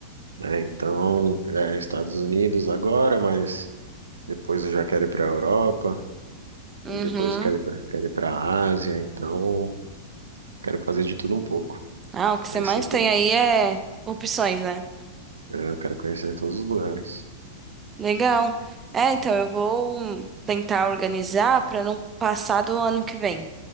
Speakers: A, on the right (about 80°); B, on the right (about 20°).
A: é, então, é, Estados Unidos agora, mas depois eu já quero ir para a Europa.
B: Uhum.
A: E depois eu quero ir pra, quero ir pra Ásia, então quero fazer de tudo um pouco.
B: Ah, o que você
A: Conhecer,
B: mais
A: to-
B: tem aí é opções, né?
A: é, eu quero conhecer todos os lugares.
B: Legal. É, então eu vou tentar organizar pra não passar do ano que vem,